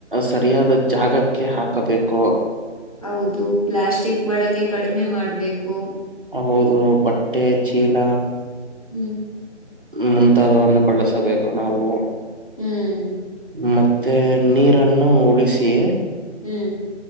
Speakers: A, on the right; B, on the left.
A: ಸರಿಯಾದ ಜಾಗಕ್ಕೆ ಹಾಕಬೇಕು
B: ಹೌದು ಪ್ಲಾಸ್ಟಿಕ್ ಬಳಕೆ ಕಡಿಮೆ ಮಾಡ್ಬೇಕು
A: ಹೌದು ಬಟ್ಟೆ ಚೀಲ
B: ಹ್ಮ್
A: ಮುಂತಾದವನ್ನು ಬಳಸಬೇಕು ನಾವು
B: ಹ್ಮ್
A: ಮತ್ತೆ ನೀರನ್ನು ಉಳಿಸಿ
B: ಹ್ಮ್